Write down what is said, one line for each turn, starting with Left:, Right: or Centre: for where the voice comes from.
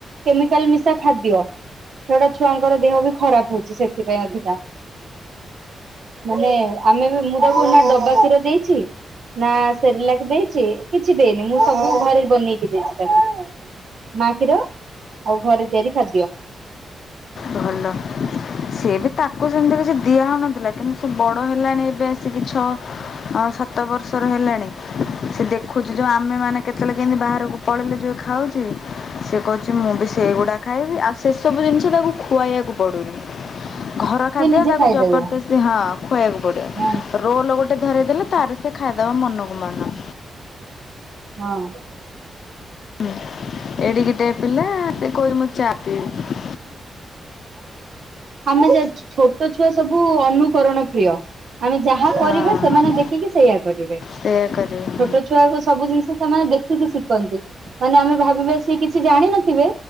Right: କେମିକାଲ ମିଶା ଖାଦ୍ୟ ସେଗୁଟା ଛୁଆଙ୍କର ଦେହ ବି ଖରାପ ହଉଛି ସେ ଥି ପାଇଁ ଅଧିକା। ମାନେ ଆମେ ବି ମୁଁ ତାକୁ ନା ଡବା କ୍ଷୀର ଦେଇଛି। ନା ସରେଲାକ ଦେଇଛି କିଛି ଦେଇନି ମୁଁ ସବୁ ଘରେ ବନେଇକି ଦେଇଛି ତାକୁ। ମା ଖୀର ଆଉ ଘରେ ତିଆରି ଖାଦ୍ୟ।
Left: ଭଲ। ସିଏ ବି ତାକୁ ସେମତି କିଛି ଦିଆ ହଉ ନଥିଲା କିନ୍ତୁ ସେ ବଡ ହେଲାଣି ଏବେ ଆସିକି ଛ ଅ ସାତ ବର୍ଷର ହେଲାଣି ସେ ଦେଖୁ ଚି ଯୋଉ ଆମେ ମାନେ କେତେସବେଳେ କେମିତି ବାହାରକୁ ପଳେଇଲେ ଯୋଉ ଖାଉଛୁ। ସେ କହୁଛି ମୁଁ ବି ସେଇଗୁଡା ଖାଇବି ଆଉ ସେ ସବୁ ଜିନିଷ ତାକୁ ଖୁଆଇଆକୁ ପଡୁନି। ଘର ଖାଦ୍ୟ
Right: ସେ ନିଜେ
Left: ତାକୁ
Right: ଖାଇଦେବେ
Left: ଜବରଦସ୍ତି ହଁ ଖୁଆଇବାକୁ ପଡେ।
Right: ହଁ।
Left: ରୋଲ୍ ଗୋଟେ ଧରେଇ ଦେଲେ ତାର ସିଏ ଖାଇଦବ ମନକୁ ମନ।
Right: ହଁ।
Left: ହୁଁ ଏଡିକି ଟେ ପିଲା ସେ କଉଚି ମୁଁ ଚା ପିବି।
Right: ଆମେ ଜେ ଛୋଟ ଛୁଆ ସବୁ ଅନୁକରଣ ପ୍ରିୟ। ଆମେ ଯାହା କରିବା
Left: ହଁ
Right: ସେମାନେ ଦେଖିକି ସେଇଆ କରିବେ ଛୋଟ
Left: ସେଇଆ କରିବି
Right: ଛୁ ଛୁଆ ସେ ସବୁ ଜିନିଷ ସେମାନେ ଦେଖିକି ଶିଖନ୍ତି ମାନେ ଆମେ ଭାବିବା ସିଏ କିଛି ଜାଣିନଥିବେ।